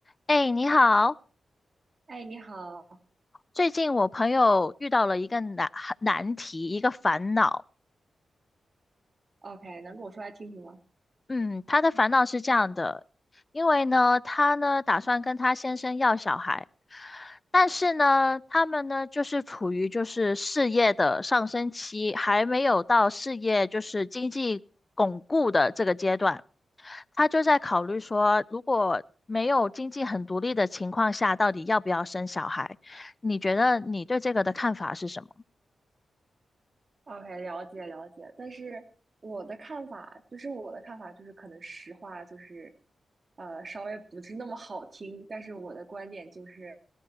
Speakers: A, on the left; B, on the right.
A: 哎，你好！
B: 哎，你好哦
A: 最近我朋友遇到了一个难难题，一个烦恼。
B: ，OK，能跟我说来听听吗
A: 嗯，他的烦恼是这样的，因为呢，他呢打算跟他先生要小孩，但是呢，他们呢就是处于就是事业的上升期，还没有到事业就是经济巩固的这个阶段。他就在考虑说，如果没有经济很独立的情况下，到底要不要生小孩？你觉得你对这个的看法是什么？
B: 哦？OK，了解了解，但是我的看法就是我的看法就是可能实话就是，呃，稍微不是那么好听，但是我的观点就是，